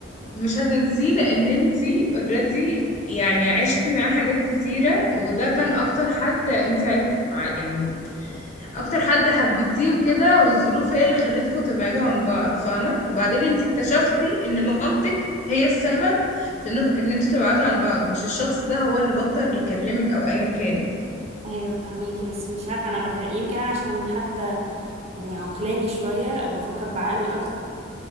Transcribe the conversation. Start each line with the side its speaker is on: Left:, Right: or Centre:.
Left: مش هتنسيه لان انتي اوريدي يعني عشتي معاه حاجات كتيرة وده كان اكتر حد انتي عي... ع- يعني اكتر حد حبيتيه وكده والظروف هي اللي خلتكم تبعدوا عن بعض فاهمة وبعدين انتي اكتشفتي ان مامتك هي السبب في ان, إن انتوا تبعدوا عن بعض مش الشخص ده هو اللي بطل يكلمك او ايا كان
Right: ايوه فهماكي بس مش عارفة انا بخير يمكن أنا عشان حد يعني عقلاني شوية بفكر بعقلي